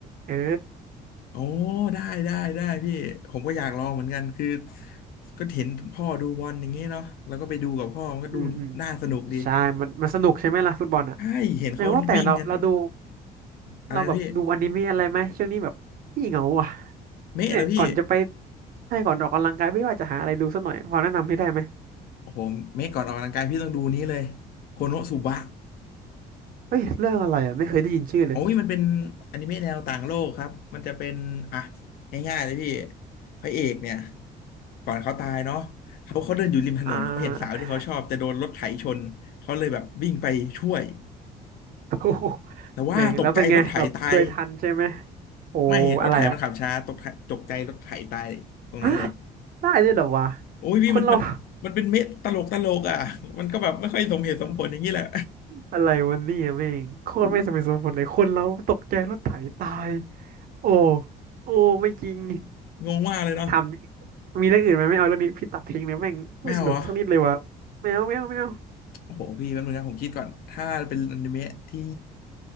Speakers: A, on the right (about 55°); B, on the left (about 60°).
A: เออ
B: โอ้ได้ได้ได้พี่ผมก็อยากลองเหมือนกันคือก็เห็นพ่อดูบอลอย่างเงี้ยเนาะแล้วก็ไปดูกับพ่อมันก็ดูน่าสนุกดี
A: อืมอืมใช่มันมันสนุกใช่ไหมล่ะฟุตบอลอ่ะ
B: ใช่เห็นเขาวิ่งกัน
A: เออว่าแต่เราเราดู
B: อะไรนะพี่
A: เราแบบดูอนิเมะอะไรไหมช่วงนี้แบบพี่เหงาอ่ะ
B: เมะแล้วพี่
A: เนี่ยก่อนจะไปให้ก่อนออกกำลังกายไม่ว่าจะหาอะไรดูสักหน่อยพอแนะนำพี่ได้ไหม
B: โอ้โหเมะก่อนออกกำลังกายพี่ต้องดูนี้เลยโคโนสุบะ
A: เฮ้ยเรื่องอะไรอ่ะไม่เคยได้ยินชื่อเลย
B: โอ้ยมันเป็นอนิเมะแนวต่างโลกครับมันจะเป็นอ่ะง่ายๆเลยพี่พระเอกเนี่ยก่อนเขาตายเนาะเขาเขาเดินอยู่ริมถนนเขาเห็นสาวที่เขาชอบจะโดนรถไถชนเขาเลยแบบวิ่งไปช่วย
A: อ่า <laughs> โอ้โห
B: แต่ว่าตกใจรถไถตาย
A: แม่งแล้วเป็นไงแบบช่วยทันใช่ไหมโอ้อะไรอ่ะ
B: ไม่รถไถมันขับช้าตกไถตกใจรถไถตายตรงนั้นเลย
A: ฮะได้ด้วยเหรอวะ
B: โอ้ยพี่มันมันมันเป็นเมะตลกตลกอ่ะมันก็แบบไม่ค่อยสมเหตุสมผลอย่างนี้แหละ
A: คนเรา <laughs> อะไรวันนี้อ่ะแม่งโคตรไม่สมเหตุสมผลเลยคนเราตกใจรถไถตาย
B: อู้
A: โอ้โอ้ไม่จริง
B: งงมากเลยเนาะ
A: ถามจริงมีเรื่องอื่นไหมไม่เอาเรื่องนี้พี่ตัดทิ้งเลยแม่งไม่สนุกสักนิดเลยวะแมวแมวแมว
B: ไม่เอาเหรอโอ้โหพี่แป๊บนึงนะผมคิดก่อนถ้าเป็นอนิเมะที่